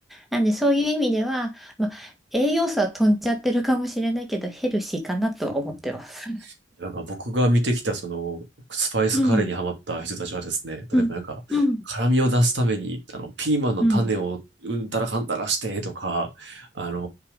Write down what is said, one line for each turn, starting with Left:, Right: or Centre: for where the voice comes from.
Centre: なんで、そういう意味では、まあ、栄養素は飛んじゃってるかもしれないけど、ヘルシーかなとは思ってます。
Right: うんなんか僕が見てきたそのスパイスカレーにハマった人たちはですね、
Centre: うん、
Right: 例えばなんか辛みを出すためにあのピーマンの種をうんたらかんたらしてとか、
Centre: うん、うん、うん。
Right: あの